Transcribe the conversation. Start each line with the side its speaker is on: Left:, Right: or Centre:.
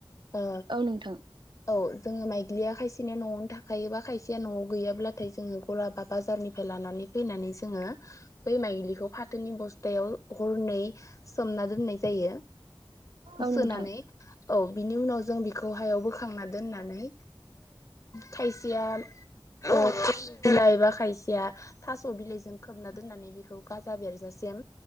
Left: ओ
Right: औ नोंथां
Left: औ जोङो माइग्लिया खायसे खायसेनिया न'आवनो थाखायो बा खायसेया न'आव गैयाब्लाथाय जोङो गला बा बाजारनिफ्राय लानानै फैनानै जोङो बै माइलिखौ फाथोनि बस्थायाव हरनै सोमना दोननाय जायो
Right: औ
Left: सोनानै
Right: नोंथां
Left: औ बिनि उनाव जों बेखौ हायाव बोखांना दोननानै थायसेया <inaudible> बिलाइबा खायसेया थास' बिलाइजों खोबना दोननानै बेखौ गाजा बेरजासिम